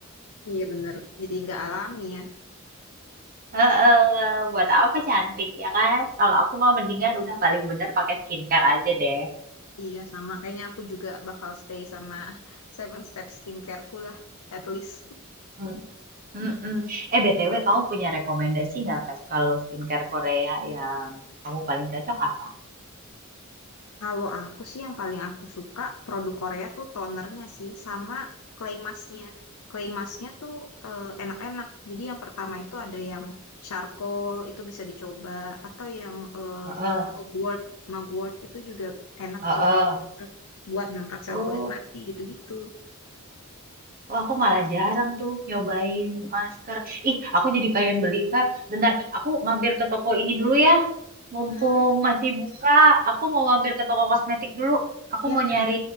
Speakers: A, on the left; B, on the right.
A: Iya bener, jadi nggak alami ya.
B: Heeh, buat apa cantik ya kan? Kalau aku mah mendingan udah paling bener pakai skincare aja deh.
A: Iya sama, kayaknya aku juga bakal stay sama <laughs> Seven Step Skincare-ku lah, at least.
B: Hmm. Mm-mm. Eh, BTW, kamu punya rekomendasi nggak, Kat, kalau skincare Korea yang kamu paling cocok apa?
A: Kalau aku sih yang paling aku suka produk Korea tuh tonernya sih sama clay masknya. Clay masknya tuh eh, enak-enak. Jadi yang pertama itu ada yang charcoal itu bisa dicoba atau yang eh,
B: Heeh,
A: mugwort. Mugwort itu juga enak
B: heeh.
A: tuh. Cocok buat ngangkat sel
B: Oh.
A: kulit mati gitu-gitu.
B: Oh, aku malah jarang tuh nyobain masker. Ih, aku jadi pengen beli, Feb. Bentar, aku mampir ke toko ini dulu ya. Mumpung
A: Hmm,
B: masih buka, aku mau mampir ke toko kosmetik dulu. Aku
A: ya,
B: mau nyari